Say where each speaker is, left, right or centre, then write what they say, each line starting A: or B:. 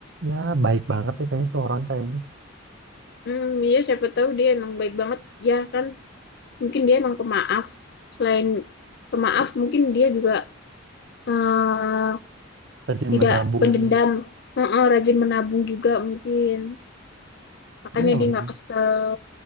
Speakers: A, on the right (about 60°); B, on the left (about 55°).
A: Ya, baik banget deh kayaknya tuh orang kayaknya
B: Hmm, iya siapa tahu dia emang baik banget ya kan. Mungkin dia emang pemaaf. Selain pemaaf, mungkin dia juga eh,
A: rajin
B: tidak
A: menabung.
B: pendendam. Eh, eh, rajin menabung juga mungkin. makanya
A: Iya mungkin.
B: dia nggak kesel